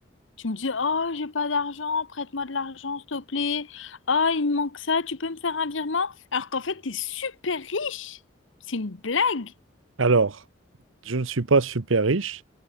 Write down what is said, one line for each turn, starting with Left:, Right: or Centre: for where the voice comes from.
Left: Tu me dis, oh, j'ai pas d'argent, prête-moi de l'argent, s'il te plaît. Oh, il me manque ça, tu peux me faire un virement? Alors qu'en fait, t'es super riche. C'est une blague.
Right: Alors, je ne suis pas super riche,